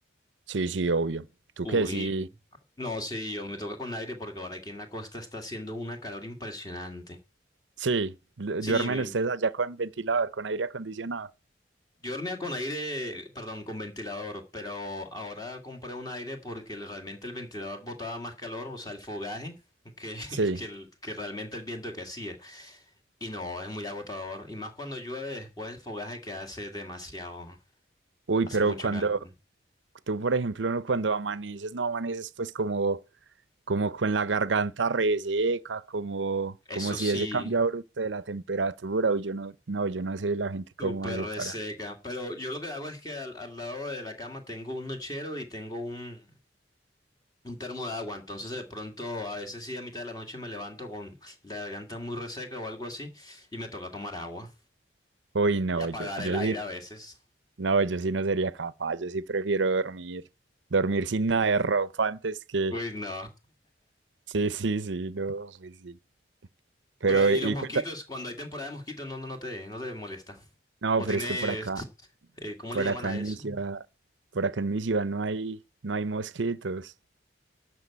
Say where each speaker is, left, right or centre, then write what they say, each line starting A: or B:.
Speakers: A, on the right (about 85°); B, on the left (about 20°).
A: Sí, sí, obvio. ¿Tú
B: Uy,
A: qué? Sí,
B: no, sí, yo me toca con aire porque ahora aquí en la costa está haciendo una calor impresionante.
A: sí. du-
B: Sí,
A: ¿Duermen
B: mi-
A: ustedes allá con ventilador, con aire acondicionado?
B: yo dormía con aire, perdón, con ventilador, pero ahora compré un aire porque el- realmente el ventilador botaba más calor, o sea, el fogaje, que, <laughs>
A: Sí.
B: que, el- que realmente el viento que hacía. Y no, es muy agotador. Y más cuando llueve después el fogaje que hace demasiado,
A: Uy,
B: hace
A: pero
B: mucho
A: cuando
B: calor.
A: tú, por ejemplo, no- cuando amaneces, no amaneces pues como, como con la garganta reseca, como,
B: Eso
A: como si
B: sí.
A: ese cambio abrupto de la temperatura, uy, yo no, no, yo no sé la gente
B: Súper
A: cómo hace
B: reseca.
A: para.
B: Pero yo lo que hago es que al, al lado de la cama tengo un nochero y tengo un, un termo de agua. Entonces de pronto a veces sí a mitad de la noche me levanto con la garganta muy reseca o algo así y me toca tomar agua
A: Uy, no,
B: y apagar
A: yo,
B: el
A: yo
B: aire
A: sí,
B: a veces.
A: no, yo sí no sería capaz, yo sí prefiero dormir, dormir sin nada de ropa antes que.
B: Uy, no.
A: Sí, sí, sí, no, pues sí. Pero,
B: Pero y
A: y
B: los mosquitos,
A: cuenta,
B: cuando hay temporada de mosquitos, no, no, no te, no te molesta.
A: no,
B: O
A: pero
B: tienes,
A: es que por acá,
B: eh, ¿cómo
A: por
B: le llaman
A: acá
B: a
A: en
B: eso?
A: mi ciudad, por acá en mi ciudad no hay, no hay mosquitos,